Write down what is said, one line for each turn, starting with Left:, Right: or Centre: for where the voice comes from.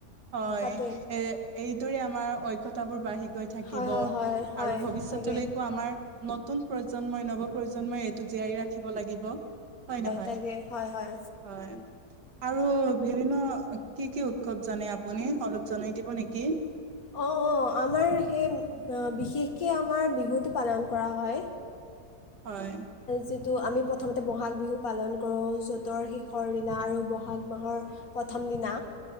Right: হয়
Left: তাতে
Right: এ এইদৰে আমাৰ ঐক্যতা বোৰ বাঢ়ি গৈ থাকিব
Left: হয় হয় হয় হয়
Right: আৰু ভৱিষ্যতলৈকো
Left: তাকে
Right: আমাৰ নতুন প্ৰজন্মই নব প্ৰজন্মই এইটো জীয়াইি ৰাখিব লাগিব হয় নহয়
Left: তাকে হয় হয়
Right: হয় আৰু বিভিন্ন কি কি উৎসৱ জানে আপুনি অলপ জনাই দিব নেকি
Left: অ অ অঁ আমাৰ সেই বিশেষকৈ আমাৰ বিহুটো পালন কৰা হয়
Right: হয়
Left: যিটো আমি প্ৰথমতে বহাগ বিহু পালন কৰোঁ য'তৰ শেষৰ দিনা আৰু বহাগ মাহৰ প্ৰথম দিনা